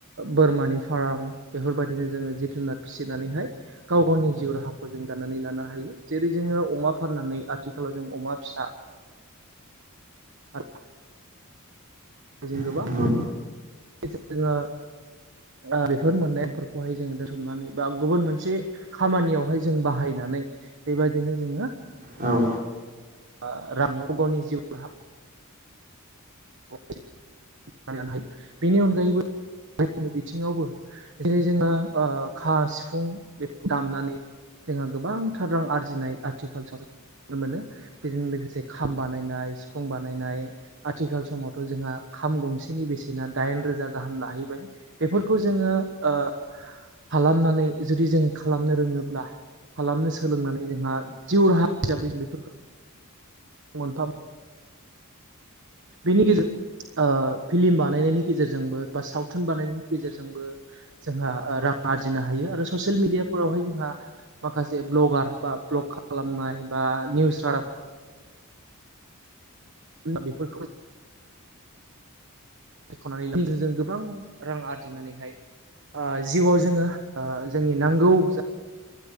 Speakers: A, on the right; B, on the right.
A: बोरमानि फाराम बेफोरबायदिनो जोङो जिब जुनार फिसिनानैहाय गाव गावनि जिउ राहाखौ जों दानानै लानो हायो जेरै जोङो अमा फाननानै आथिखालाव जों अमा फिसा <unintelligible> जों गोबां
B: नंगौ
A: जोङो ओ बेफोर मोननायफोरखौहाय जोङो दोनथुमनानै बा गुबुन मोनसे खामानियावहाय जों बाहायना नै बेबायदिनो जोङो
B: औ औ
A: <unintelligible> गावनि जिउ राहा <unintelligible> बेनि अनगायैबो गु बिथिङावबो जेरै जोङो ओ खा सिफुं बेफोरखौ दामनानै जोंहा गोबांथार रां आरजिनाय आथिखाल नुनो मोनो बेजों लोगोसे खाम बानायनाय सिफुं बानायनाय आथिखाल समावथ' जोंहा खाम गंसेनि बेसेना दाइन रोजा गाहाम लाहैबाय बेफोरखौ जोङो ओ खालामनानै जुदि जों खालामनो रोङोब्ला खालामनो सोलोंनानै जोंहा जिउ राहा हिसाबै जों बेफोरखौ मोनथाम बिनि गेजेर ओ फिल्म बानायनायनि गेजेरजोंबो बा सावथुन बानायनायनि गेजेरजोंबो जोंहा रां आरजिनो हायो आरो ससियेल मिडियाफोरावहाय जोंहा माखासे ब्लगार बा भ्लग खालामनाय बा निउस रादाब बेफोरखौ सायख'नानै ला जों गोबां रां आरजिनानैहाय ओ जिउआव जोङो ओ जोंनि नांगौ जा